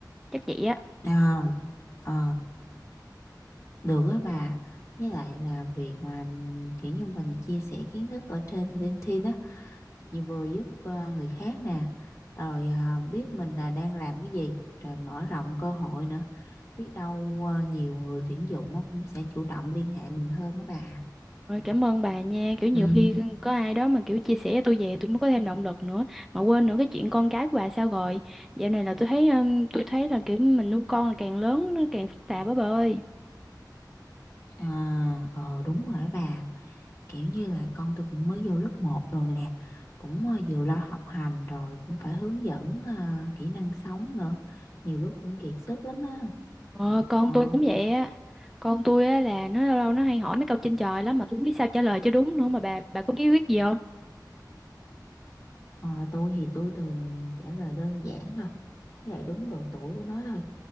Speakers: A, in the centre; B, on the left (about 45°).
A: chắc vậy á
B: Ờ, ờ. Được á bà Với lại là việc mà ừm, kiểu như mình chia sẻ kiến thức ở trên LinkedIn á Vừa vừa giúp ờ, người khác nè Rồi ờ, biết mình là đang làm cái gì Rồi mở rộng cơ hội nữa Biết đâu ờ, nhiều người tuyển dụng á cũng sẽ chủ động liên hệ mình hơn á bà
A: rồi cảm ơn bà nha kiểu nhiều
B: Ừ,
A: khi có ai đó mà kiểu chia sẻ cho tôi về tôi mới có thêm động lực nữa mà quên nữa cái chuyện con cái của bà sao rồi dạo này là tôi thấy um, tôi thấy là kiểu mình nuôi con là càng lớn nó càng phức tạp á bà ơi
B: à, ờ đúng rồi á bà Kiểu như là con tôi cũng mới vô lớp một rồi nè Cũng ờ, vừa lo học hành rồi Cũng phải hướng dẫn ờ, kỹ năng sống nữa Nhiều lúc cũng kiệt sức lắm á
A: Ờ, con
B: Ờ
A: tôi cũng vậy á. Con tôi á là nó lâu lâu nó hay hỏi mấy câu trên trời lắm mà tôi không biết sao trả lời cho đúng nữa mà bà bà có bí quyết gì không?
B: Ờ, tôi thì tôi thường trả lời đơn giản thôi, với lại đúng độ tuổi của nó thôi.